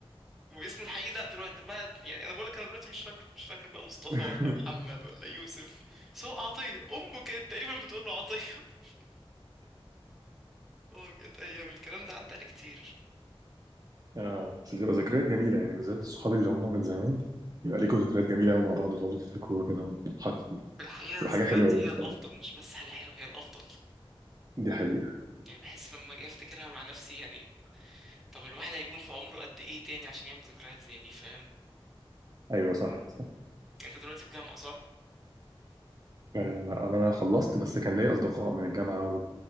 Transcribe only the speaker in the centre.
واسمه الحقيقي لا دلوقتي بقى يعني انا بقول لك انا دلوقتي مش فاكره مش فاكر بقى مصطفى
ولا محمد ولا يوسف بس هو عطيه امه كانت تقريبا بتقول له عطيه <laughs> اه كانت ايام الكلام ده عدى عليه كتير
في الحقيقة
الذكريات
هي الأفضل
مش بس حاجة حلوة هي الأفضل
يعني بحس لما أجي أفتكرها مع نفسي يعني طب الواحد هيكون في عمره قد إيه تاني عشان يعمل ذكريات زي دي فاهم
أنت دلوقتي في جامعة صح؟